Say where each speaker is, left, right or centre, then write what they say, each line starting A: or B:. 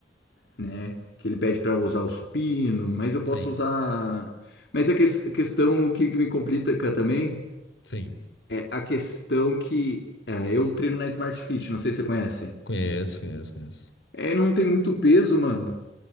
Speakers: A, on the left; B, on the left.
A: né? Que ele pede para usar o supino, mas eu posso
B: Sim,
A: usar. Mas a, ques- a questão que, que me complica também
B: sim.
A: é a questão que é, eu treino na Smart Fit, não sei se você conhece.
B: Conheço, conheço, conheço.
A: É, não tem muito peso, mano.